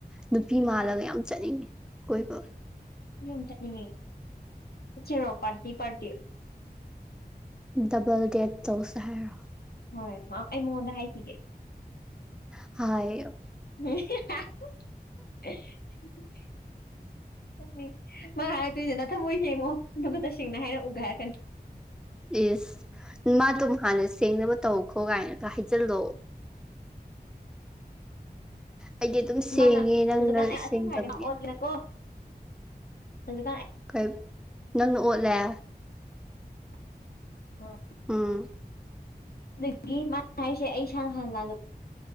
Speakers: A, in the centre; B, on the left (about 70°).
A: ꯅꯨꯄꯤ
B: ꯎꯝ
A: ꯃꯥꯜꯂꯒ ꯌꯥꯝ ꯆꯠꯅꯤꯡꯉꯤ ꯀꯣꯏꯕ
B: ꯑꯩꯖꯨ ꯌꯥꯝ ꯆꯠꯅꯤꯡꯉꯤ ꯆꯠꯁꯤꯔꯣ ꯄ꯭ꯔꯇꯤ ꯄ꯭ꯔꯇꯤ
A: ꯗꯕꯜ ꯗꯦꯠ ꯇꯧꯁꯦ ꯍꯥꯏꯔꯣ
B: ꯍꯣꯏ ꯃꯥ ꯑꯩ ꯃꯉꯣꯟꯗ ꯍꯥꯏꯈꯤꯒꯦ
A: ꯍꯥꯢꯌꯣ
B: <unintelligible> ꯄꯨꯛꯅꯤꯡ ꯃꯥ ꯍꯥꯏꯔꯛꯇꯣꯏꯖꯦ ꯅꯊꯥꯃꯣꯏ ꯁꯦꯡꯉꯨ ꯑꯗꯨꯒ ꯇꯁꯦꯡꯅ ꯍꯥꯏꯔꯛꯎꯒ ꯍꯥꯏꯔꯛꯀꯅꯤ
A: ꯢꯁ ꯃꯥ ꯗꯨꯝ ꯍꯥꯟꯅ ꯁꯦꯡꯅꯕ ꯇꯧꯈꯣ ꯀꯥꯏꯅꯒ ꯍꯥꯏꯖꯜꯂꯣ ꯑꯩꯗꯤ ꯑꯗꯨꯝ ꯁꯦꯡꯉꯦ
B: ꯃꯥꯅ
A: ꯅꯪꯅ
B: ꯍꯧꯖꯤꯛꯀꯥꯟ ꯑꯩ
A: ꯁꯦꯡꯗꯕꯅꯦ
B: ꯑꯁꯦꯡꯕ ꯍꯥꯏꯒꯦ ꯃꯥ ꯑꯣꯠꯅꯀꯣ ꯍꯧꯖꯤꯛꯀꯥꯟ
A: ꯀꯩ ꯅꯪꯅ ꯑꯣꯠꯂꯦ
B: <unintelligible> <unintelligible>
A: ꯎꯝ
B: ꯑꯗꯨꯒꯤ ꯃꯥ ꯍꯥꯏꯔꯤꯁꯦ ꯑꯩ ꯏꯁꯥꯅ ꯍꯥꯟꯅ ꯂꯜꯂꯨ